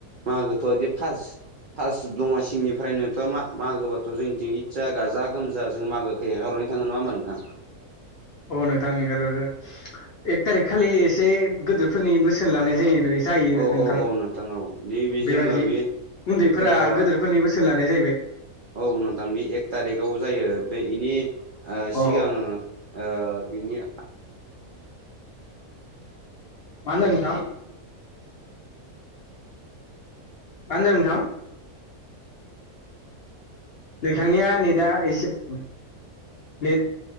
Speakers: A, on the right (about 75°); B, on the left (about 55°).
A: मागोथ' बिदि फार्स्ट फार्स्ट दमासि निफ्रायनोथ' मागोबाथ' जोंनिथिं इतजा गाजा गोमजा जों मागोखौै हेगारहरनाय थाङो नङाहोमबा नोंथां
B: अ नोंथां एंगार हरो एक थारिक खालि एसे गोदोरफोरनि बोसोन लानाय जायो। जायो
A: औ
B: नोंथां
A: औ औ औ दि बे जोङो
B: बेबादि
A: बे
B: उन्दैफोरा
A: जोङो
B: गोदोर फोरनि बोसोन लानाय जाहैबाय
A: औ नोंथां बे एक थारिकाव जायो बे बेनि ओ
B: औ
A: सिगां
B: मा
A: ओ बिनि
B: मा होन्दो नोंथां मा होन्दो नोंथां? नोंथांनिया नेदा एसे खम नेट